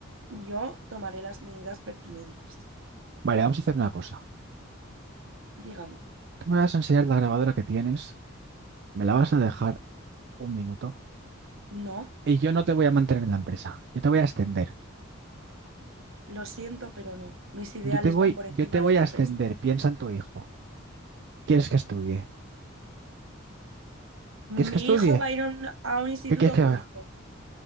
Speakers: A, on the right; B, on the right.
A: yo tomaré las medidas pertinentes.
B: Vale, vamos a hacer una cosa.
A: Dígame,
B: Tú me vas a enseñar la grabadora que tienes, me la vas a dejar un minuto
A: no,
B: y yo no te voy a mantener en la empresa. Yo te voy a ascender.
A: lo siento, pero no. Mis ideales
B: Yo te voy,
A: van por encima
B: yo te voy
A: de la
B: a
A: empresa.
B: ascender. Piensa en tu hijo. ¿Quieres que estudie? ¿Quieres que
A: Mi
B: estudie?
A: hijo va a ir a un, a un instituto
B: ¿Qué quieres que
A: público,
B: haga?